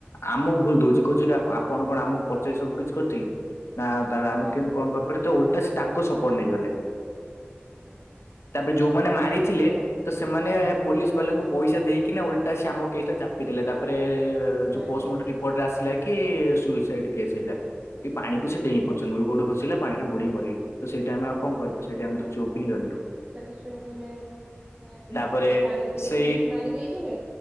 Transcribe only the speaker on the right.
ଆଜ୍ଞା ଆଜ୍ଞା
ଆଜ୍ଞା।
ଆଜ୍ଞା
ଆଜ୍ଞା
ଆଜ୍ଞା
ଆଜ୍ଞା
ଆଜ୍ଞା
ସେଠି ସୁୁପ୍ ହେଇଯାଇିବ ନିହାତି
ବେଳେ ସେ ପାଣିରେ
ବୁଡେଇକି ମାରି ଦେଇ ଥିବେ